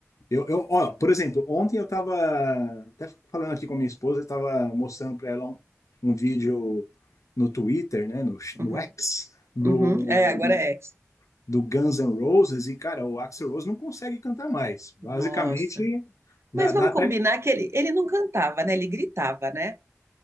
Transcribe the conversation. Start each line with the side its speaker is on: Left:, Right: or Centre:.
Left: eu, eu ó, por exemplo, ontem eu tava até falando aqui com a minha esposa, eu tava mostrando para ela um, um vídeo no Twitter, né, no,
Right: uhum,
Left: no X, do,
Right: uhum. É, agora é ex.
Left: do Guns N' Roses e, cara, o Axl Rose não consegue cantar mais. Basicamente,
Right: Nossa. Mas
Left: dá, dá
Right: vamos
Left: até.
Right: combinar que ele, ele não cantava, né? Ele gritava, né?